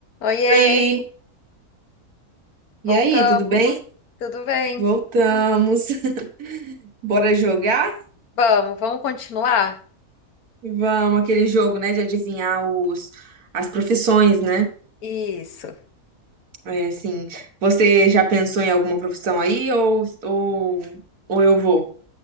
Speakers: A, on the left; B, on the right.
A: Oiê,
B: Oi!
A: voltamos.
B: E aí, tudo bem?
A: Tudo bem?
B: Voltamos. <laughs> Bora jogar?
A: Vamos, vamos continuar?
B: Vamos, aquele jogo, né, de adivinhar os, as profissões, né?
A: Isso.
B: É, assim, você já pensou em alguma profissão aí ou, ou, ou eu vou?